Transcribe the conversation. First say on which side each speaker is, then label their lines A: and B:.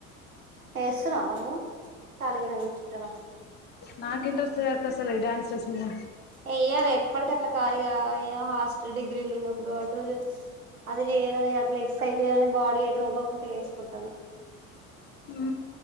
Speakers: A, on the right; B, on the left.
A: చేస్తున్నావా నువ్వు ఖాళీగానే కూర్చుంటున్నావా
B: నా ఇంట్రెస్ట్ అసలు ఈ డాన్సస్ మీద
A: వేయరు ఎప్పటికీ అట్లా ఖాళీగా హాస్టల్ డిగ్రీలు ఉన్నప్పుడు అటు అది చేయని అట్లా ఎక్ససైజ్ చేయని బాడీ ఎటు వంగకుండా వేసుకుంటాను
B: ఉ